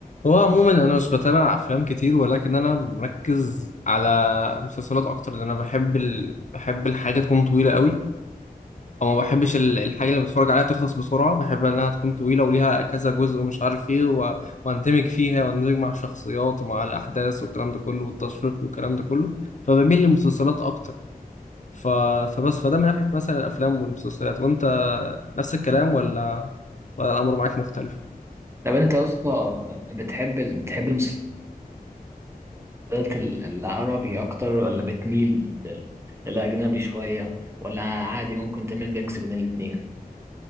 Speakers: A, on the left; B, on the right.
A: هو عموما انا مش بتابع افلام كتير ولكن انا مركز على مسلسلات اكتر لان انا بحب ال... بحب الحاجه تكون طويله قوي او ما بحبش ال- الحاجه اللي بتفرج عليها تخلص بسرعه بحب انها تكون طويله وليها كذا جزء ومش عارف ايه و... واندمج فيها واندمج مع الشخصيات ومع الاحداث والكلام ده كله والتشويق والكلام ده كله فبميل للمسلسلات اكتر ف... فبس فده من ناحيه مثلا الافلام والمسلسلات وانت نفس الكلام ولا ولا الامر معاك مختلف
B: طب انت يا اسطى بتحب ال- بتحب المسلسلات العربي اكتر ولا بتميل لل- للاجنبي شويه ولا عادي ممكن تعمل ميكس بين الاتنين